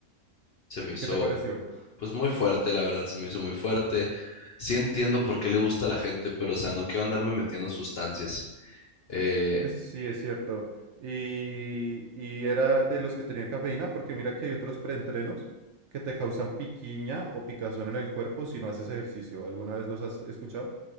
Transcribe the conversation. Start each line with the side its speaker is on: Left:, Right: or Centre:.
Left: se me
Right: ¿Y
Left: hizo
Right: qué te pareció?
Left: pues muy fuerte, la verdad, se me hizo muy fuerte. Sí entiendo por qué le gusta a la gente, pero o sea, no quiero andarme metiendo sustancias. Eh,
Right: Es- Sí, es cierto. Y, y era de los que tenían cafeína, porque mira que hay otros preentrenos que te causan piquiña o picazón en el cuerpo si no haces ejercicio. ¿Alguna vez los has escuchado?